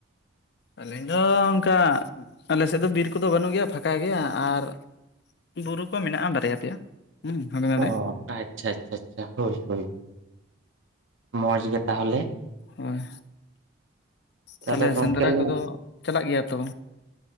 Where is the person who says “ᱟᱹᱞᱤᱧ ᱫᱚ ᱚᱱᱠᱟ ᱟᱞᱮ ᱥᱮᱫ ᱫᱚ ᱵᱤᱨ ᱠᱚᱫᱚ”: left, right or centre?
Left